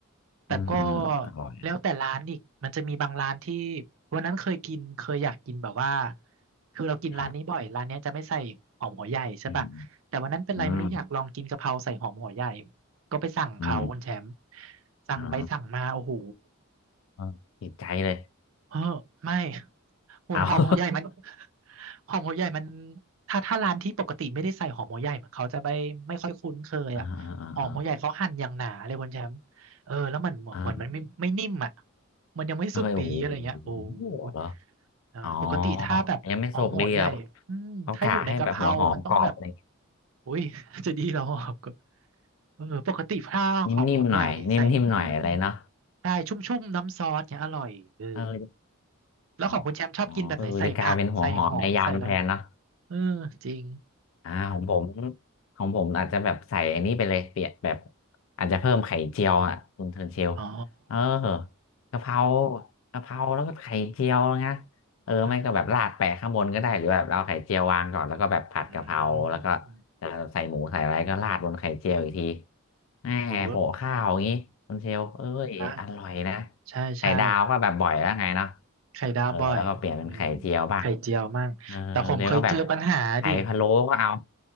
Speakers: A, on the right (about 65°); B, on the left (about 65°).
A: แต่ก็
B: อืมอืมอร่อย
A: แล้วแต่ร้านอีกมันจะมีบางร้านที่วันนั้นเคยกินเคยอยากกินแบบว่าคือเรากินร้านนี้บ่อยร้านเนี้ยจะไม่ใส่หอมหัวใหญ่ใช่ปะแต่วันนั้นเป็นไรไม่รู้อยากลองกินกะเพราใส่หอมหัวใหญ่
B: ครับอืมอืม
A: ก็ไปสั่งเขาคุณแชมป์
B: อืม
A: สั่งไปสั่งมาโอ้โห
B: อ๋อเออติดใจเลย
A: เออไม่หุ่นหอมหัวใหญ่มัน
B: เอา <laughs>
A: หอมหัวใหญ่มันถ้าถ้าร้านที่ปกติไม่ได้ใส่หอมหัวใหญ่เหมือนเขาจะไม่ไม่ค่อยคุ้นเคยอ่ะหอมหัวใหญ่เขาหั่นอย่างหนาเลยคุณแชมป์เออแล้วมันเหมือนเหมือนมันไม่ไม่นิ่มอ่ะ
B: อ่าอ่าอ่าอ่า
A: มันยังไม่สุกดีอะไรเงี้ยโอ้
B: เออโอ้โหเหรอ
A: ยเออปกติถ้าแบบหอมหัวใหญ่อืมถ้าอยู่ในกะเพรามันต้องแบบ
B: อ๋อยังไม่สุกดีอ่ะเขากะให้แบบหัวหอมกรอบอะไรอย่างง
A: อุ้ยจะดีเหรอหอมก็เออปกติถ้าหอมหัวใหญ่ใส่อืม
B: ี้นิ่มๆหน่อยนิ่มๆหน่อยอะไรเนาะ
A: ใช่ชุ่มๆน้ำซอสเนี่ยอร่อยเออ
B: เออ
A: แล้วของคุณแชมป์ชอบกินแบบไหนใส่ผักใส่หอมใส่อะไร
B: อ๋ออ๋อเออจะกลายเป็นหัวหอมในยำแทนเนาะ
A: เออจริง
B: อ่าของผมของผมอาจจะแบบใส่อันนี้ไปเลยเปลี่ยนแบบอาจจะเพิ่มไข่เจียวอ่ะคุณเทิร์นเชล
A: อ๋อ
B: เออกะเพรากะเพราแล้วก็ไข่เจียวนะเออไม่ก็แบบราดแปะข้างบนก็ได้หรือแบบเราเอาไข่เจียววางก่อนแล้วก็แบบผัดกะเพราแล้วก็
A: อืมอืม
B: จะใส่หมูใส่อะไรก็ราดบนไข่เจียวอีกทีแหมโปะข้าวอย่างนี้คุณเชลเอ้ยอร่อยนะ
A: โอ้นะใช่ใช่
B: ไข่ดาวก็แบบบ่อยแล้วไงเนาะ
A: ไข่ดาวบ่อยอืม
B: เออแล้วก็เปลี่ยนเป็นไข่เจียวบ้าง
A: ไข่เจียวมั่งแต่ผมเคยเจอปัญหาดิ
B: เออเดี๋ยวก็แบบไข่พะโล้ก็เอา